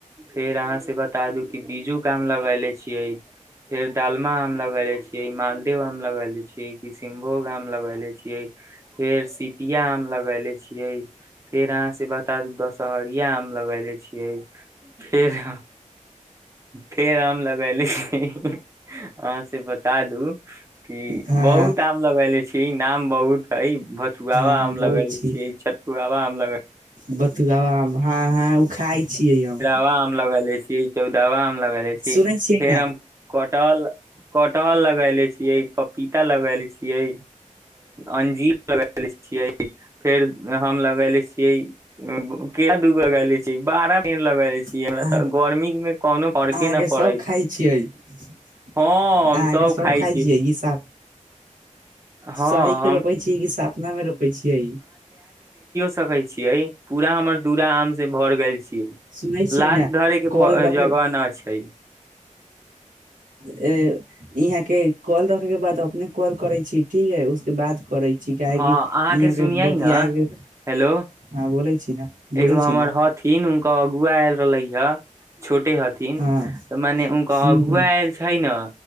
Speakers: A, on the right (about 20°); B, on the right (about 85°).
A: फेर अहाँ से बता दू क बीजू क आम लगले छियै फेर दडालमा आम लगले छियै मालदेव आम लगले छीयै किशनभोग आम लगले छियै फेर सिपिया आम लगले छियै फेर अहाँ से बता दू दस सहरिया आम लगले छियै फेर फेर आम लगेले छिये अहाँ से बता दू कि
B: हँ
A: बहुत कयले छी नाम बहुत हय भथुआवा
B: हँ
A: आम
B: बहुत
A: लगेले
B: छी
A: छियै चटुआवा आम लग
B: बथुआवा आम हँ हँ ओ खाय छियै हम
A: तेरहवा आम लगैले छियै चौदहवा आम लगएले छी
B: सुनै छियै
A: फेर
B: न
A: हम कटहल कटहल लगएले छियै पपीता लगएल छियै अंजीर लगएले छियै फेर हम लगएले छियै केला दूगो लगएले छी बारा पेड़ लगएले छियै
B: अहाँ
A: हमरा तऽ गर्मी मे कोनो फर्के
B: अहाँके
A: न
B: सब
A: पड़ै
B: खाय छियै अहाँके
A: हँ हम
B: सब
A: खाइ
B: खाय छियै ई सब
A: हँ
B: सही के
A: हम
B: रोपै छियै कि सप ना मे रोपय छियै
A: सकय छियै पूरा हमर दूरा आम से भर गेल छियै
B: सुनै छियै
A: लात
B: ने
A: धरे के
B: कॉल रखे
A: जगह न छै
B: ए यहाँ के कॉल रखे के बाद अपने कॉल करय छी ठीक है उसके बाद करय छी काहे
A: हँ
B: कि
A: अहाँके
B: यहाँ के
A: सुनियै
B: बतियाके
A: न हेलो
B: हँ बोले छी ने बोलै
A: एगो
B: छी
A: हमर
B: ने
A: हथिन उहै आयल रहलै ह छोट छोटे हथिन
B: हँ
A: तऽ मने उनकर
B: ह
A: अगुआ आयल छै ने